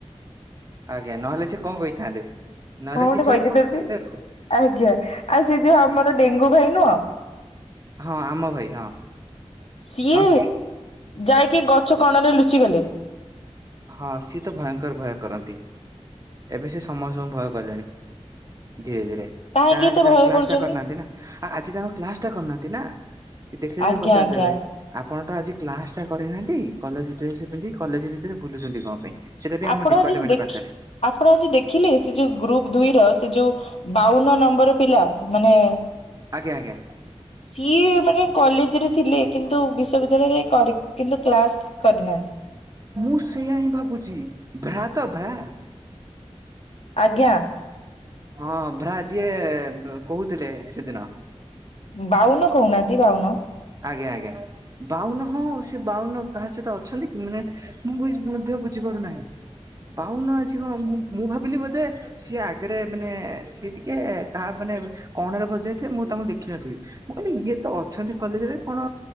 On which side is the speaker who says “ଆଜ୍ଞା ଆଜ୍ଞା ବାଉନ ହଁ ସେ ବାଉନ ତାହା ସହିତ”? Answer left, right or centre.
Right